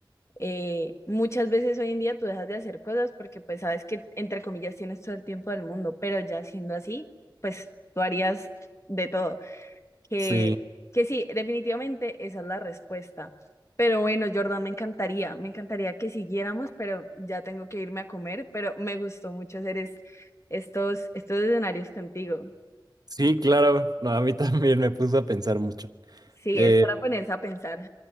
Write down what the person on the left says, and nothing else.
eh, muchas veces hoy en día tú dejas de hacer cosas porque pues sabes que entre comillas tienes todo el tiempo del mundo, pero ya siendo así, pues tú harías de todo. Que,
que sí, definitivamente esa es la respuesta. Pero bueno, Jordan, me encantaría, me encantaría que siguiéramos, pero ya tengo que irme a comer, pero me gustó mucho hacer es- estos, estos escenarios contigo.
Sí,
es para ponerse a pensar.